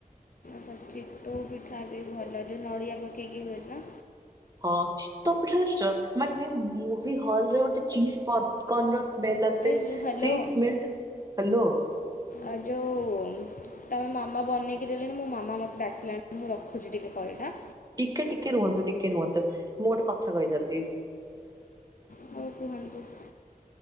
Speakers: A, on the left; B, on the right.
A: ତ ଚିତୋଉ ପିଠା ବି ଭଲ ଯଉ ନଡ଼ିଆ ପକେଇକି ହୁଏ ନା
B: ହଚ ତୋ ପିଠିରେ ଜାଣିଛ ମାନେ ମୁଭି ହଲରେ ଗୋଟେ ଚିଜ ପପ କନର ସ୍ମେଲ ଆସେ
A: ଏ ଯୋ-
B: ସେଇ
A: ହ୍ୟାଲୋ
B: ସ୍ମେଲଟା ହ୍ୟାଲୋ।
A: ଆ ଯଉ ତମେ ମାମା ବନେଇକି ଦେଲେଣି। ମୋ ମାମା ମତେ ଡାକିଲାଣି ମୁଁ ରଖୁଛି ଟିକେ କଲଟା
B: ଟିକେ ଟିକେ ରୁହନ୍ତୁ ଟିକେ ରୁହନ୍ତୁ ମୁଁ ଗୋଟେ କଥା କହିଥାନ୍ତି।
A: <inaudible>